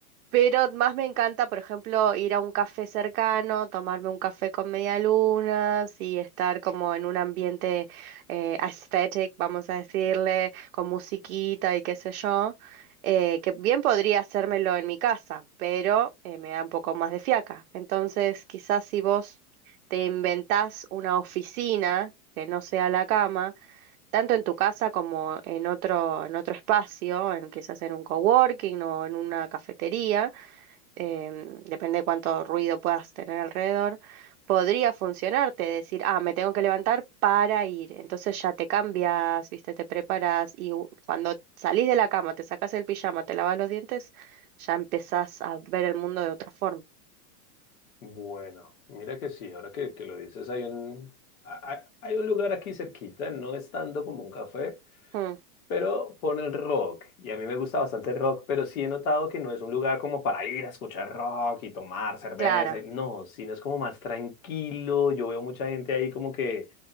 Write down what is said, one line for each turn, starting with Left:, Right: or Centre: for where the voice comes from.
Right: Pero más me encanta, por ejemplo, ir a un café cercano, tomarme un café con medialunas y estar como en un ambiente eh, aesthetic, vamos a decirle, con musiquita y qué sé yo, eh, que bien podría hacérmelo en mi casa, pero eh, me da un poco más de fiaca. Entonces, quizás si vos te inventás una oficina que no sea la cama, tanto en tu casa como en otro, en otro espacio, en, quizás en un coworking o en una cafetería em, depende de cuánto ruido puedas tener alrededor, podría funcionarte, decir, ah, me tengo que levantar para ir. Entonces ya te cambias, viste, te preparas y u- cuando salís de la cama, te sacas el pijama, te lavas los dientes, ya empezás a ver el mundo de otra forma.
Left: Bueno, mira que sí, ahora que, que lo dices, hay un, a- a- hay un lugar aquí cerquita, no es tanto como un café,
Right: Mm,
Left: pero ponen rock y a mí me gusta bastante el rock, pero sí he notado que no es un lugar como para ir a escuchar rock y tomar cerveza,
Right: clara.
Left: y- no, sino es como más tranquilo, yo veo mucha gente ahí como que,